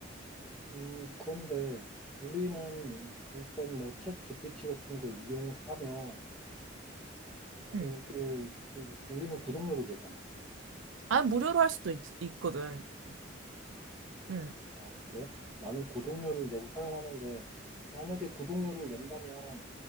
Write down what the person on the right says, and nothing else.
응.
아, 무료로 할 수도 있, 있거든.
응.